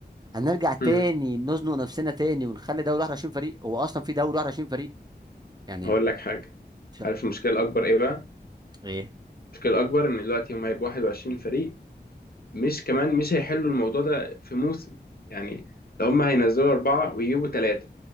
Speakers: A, on the right; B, on the left.
A: هنرجع تاني
B: امم
A: نزنق نفسنا تاني ونخلي دوري 21 فريق هو اصلا في دوري 21 فريق يعني
B: هقول لك حاجه
A: مش-
B: عارف المشكله الاكبر ايه بقى
A: ايه
B: المشكله الاكبر ان دلوقتي هم هيبقوا 21 فريق مش كمان مش هيحلوا الموضوع ده في موسم يعني لو هم هينزلوا اربعه ويجيبوا ثلاثه